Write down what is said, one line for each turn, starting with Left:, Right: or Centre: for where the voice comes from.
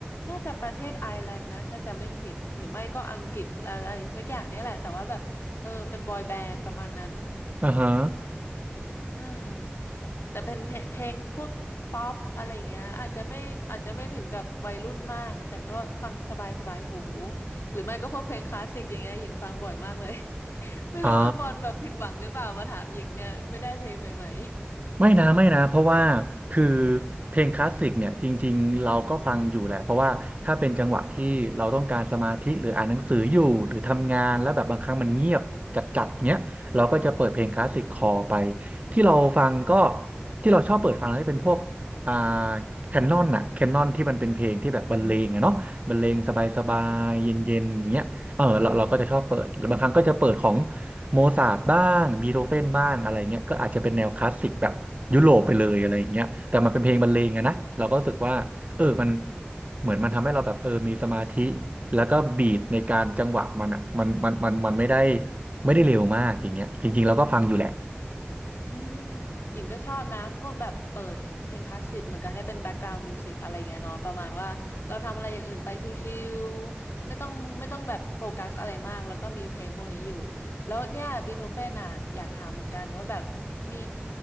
Left: น่าจะประเทศไอร์แลนด์นะถ้าจะไม่ผิดหรือไม่ก็อังกฤษอะไรสักอย่างเนี่ยแหละแต่ว่าแบบเออเป็นบอยแบนด์ประมาณนั้น
Right: อ่าฮะ
Left: อืมแต่เป็นเพลงเพลงพวกป๊อปอะไรเงี้ยอาจจะไม่อาจจะไม่ถึงกับวัยรุ่นมากแต่ก็ฟังสบายสบายหูหรือไม่ก็พวกเพลงคลาสสิกอย่างเงี้ยหญิงฟังบ่อยมากเลย <laughs> ไม่รู้ว่าบอลแบบผิดหวังหรือเปล่ามาถามหญิงเนี่ยไม่ได้เพลงใหม่
Right: อ๋อ ไม่นะไม่นะเพราะว่าคือเพลงคลาสสิกเนี่ยจริงๆเราก็ฟังอยู่แหละเพราะว่าถ้าเป็นจังหวะที่เราต้องการสมาธิหรืออ่านหนังสืออยู่หรือทำงานแล้วแบบบางครั้งมันเงียบจัดๆเงี้ยเราก็จะเปิดเพลงคลาสสิกคอไปที่เราฟังก็ที่เราชอบเปิดฟังก็เป็นพวกอ่าแคนนอนอะแคนนอนที่มันเป็นเพลงที่แบบบรรเลงอะเนาะบรรเลงสบายๆเย็นๆอย่างเงี้ยเออเราเราก็จะชอบเปิดแล้วบางครั้งก็จะเปิดของ โมซาร์ทบ้างบีโธเฟนบ้างอะไรเงี้ยก็อาจจะเป็นแนวคลาสสิกแบบยุโรปไปเลยอะไรเงี้ยแต่มันเป็นเพลงบรรเลงอะนะเราก็รู้สึกว่าเออมันเหมือนมันทำให้เราแบบเออมีสมาธิแล้วก็บีทในการจังหวะมันอ่ะมันมันมันมันไม่ได้ไม่ได้เร็วมากอย่างเงี้ยจริงๆเราก็ฟังอยู่แหละ
Left: อืมหญิงก็ชอบนะพวกแบบเปิดเพลงคลาสสิกเหมือนกับให้เป็นแบ็กกราว n d มิวสิกอะไรเงี้ยเนาะประมาณว่าเราทำอะไรอย่างอื่นไปชิวๆไม่ต้องไม่ต้องแบบโฟกัสอะไรมากแล้วก็มีเพลงพวกนี้อยู่แล้วเนี่ยบีโธเฟนอ่ะอยากถามเหมือนกันว่าแบบมี